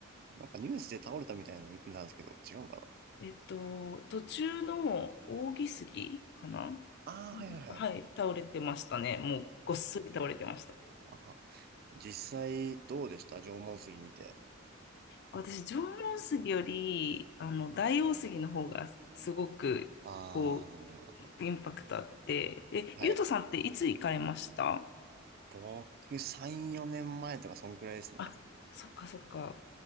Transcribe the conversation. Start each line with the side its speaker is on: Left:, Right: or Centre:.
Right: なんかニュースで倒れたみたいなの見見たんですけど、違うかな
Left: えっと、途中の扇杉かな
Right: ああー、はいはいはい。
Left: はい、倒れてましたね。もうごっそり倒れてました。
Right: あ、ああ実際、どうでした縄文杉見て。
Left: 私、縄文杉より、あの、大王杉の方がすごく、
Right: あ
Left: こ
Right: あ、
Left: う、インパクトあって。え、
Right: はい。
Left: ゆうとさんっていつ行かれました
Right: 僕、3、4年前とかそんくらいですね。
Left: あ、そっかそっか。